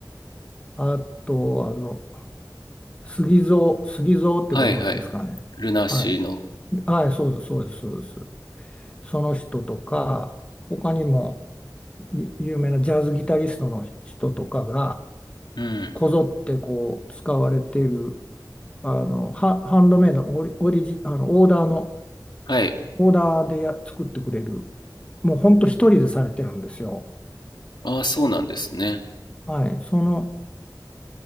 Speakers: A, on the left; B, on the left.
A: あとあの杉蔵杉蔵ってご存知ですかねはい
B: はいはい。ルナシーの。
A: はいそうですそうですそうですその人とか他にもゆ有名なジャズギタリストの人とかが
B: うん。
A: こぞってこう使われているあのハ、ハンドメイドオリ、オリジ、あのオーダーの
B: はい。
A: オーダーでや作ってくれる。もうほんと一人でされてるんですよ。
B: ああ、そうなんですね。
A: はい。その、